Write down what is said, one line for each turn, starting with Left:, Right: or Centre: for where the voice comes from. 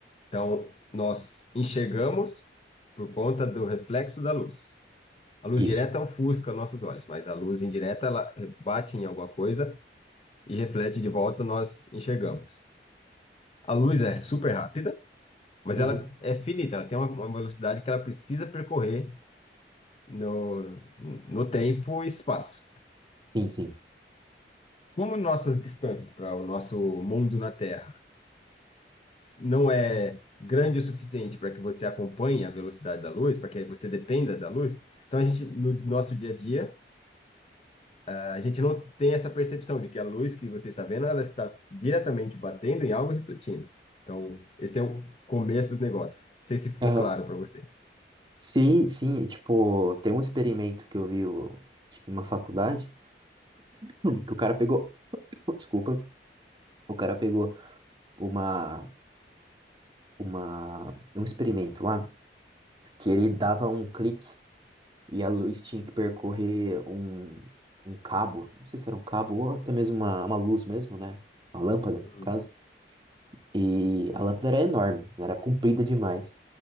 Left: Então, nós enxergamos por conta do reflexo da luz. A luz
Right: isso.
Left: direta ofusca nossos olhos, mas a luz indireta, ela bate em alguma coisa e reflete de volta, nós enxergamos. A luz é super rápida, mas
Right: Uhum.
Left: ela é finita, ela tem uma uma velocidade que ela precisa percorrer no, no tempo e espaço.
Right: Sim, sim.
Left: Como nossas distâncias para o nosso mundo na Terra não é grande o suficiente para que você acompanhe a velocidade da luz, para que aí você dependa da luz, então a gente, no nosso dia a dia, a gente não tem essa percepção de que a luz que você está vendo, ela está diretamente batendo em algo e refletindo. Então, esse é o começo do negócio. Não sei se ficou
Right: Aham.
Left: claro para você.
Right: Sim, sim. e, Tipo, tem um experimento que eu vi o- acho que numa faculdade hum, que o cara pegou. <coughs> Desculpa. O cara pegou uma, uma, um experimento lá que ele dava um clique e a luz tinha que percorrer um, um cabo. Não sei se era um cabo ou até mesmo uma, uma luz mesmo, né? Uma lâmpada, no
Left: Hum.
Right: caso. E a lâmpada era enorme, era comprida demais.